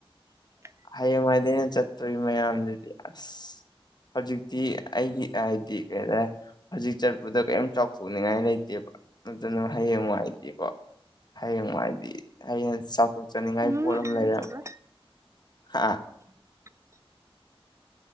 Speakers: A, on the right (about 30°); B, on the left (about 45°).
A: <unintelligible>
B: ꯍꯌꯦꯡꯋꯥꯏꯗꯤ ꯑꯩꯅ ꯆꯠꯇꯣꯔꯤꯕ ꯃꯌꯥꯝꯗꯨꯗꯤ ꯑꯁ ꯍꯧꯖꯤꯛꯇꯤ ꯑꯩꯒꯤ ꯍꯥꯏꯗꯤ ꯀꯩꯔ‌ꯦ ꯍꯧꯖꯤꯛ ꯆꯠꯄꯗ ꯀꯔꯤꯝ ꯆꯥꯎꯊꯣꯛꯅꯤꯡꯉꯥꯏ ꯂꯩꯇꯦꯕ ꯑꯗꯨꯅ ꯍꯌꯦꯡꯋꯥꯏꯗꯤꯀꯣ ꯍꯌꯦꯡꯋꯥꯏꯗꯤ ꯑꯩꯅ ꯆꯥꯎꯊꯣꯛꯆꯅꯤꯡꯉꯥꯏ
A: ꯎꯝ
B: ꯄꯣꯠ
A: ꯑꯩꯗꯤ
B: ꯑꯃ ꯂꯩꯔꯦ
A: ꯆꯠꯂꯣꯏ
B: ꯑꯥ
A: <inaudible>